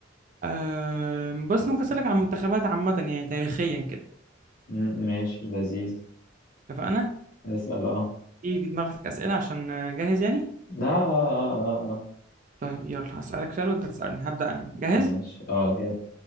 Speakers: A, on the right (about 40°); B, on the left (about 50°).
A: أه بس ممكن اسألك عن منتخبات عامة يعني تاريخيا كده
B: م- ماشي لذيذ
A: اتفقنا
B: اسال اه
A: ايه في دماغك اسئلة عشان آه، جاهز يعني
B: لا اه اه اه اه اه.
A: طيب يلا هسألك سؤال وانت تسألني هبدأ انا جاهز
B: ماشي اه جاي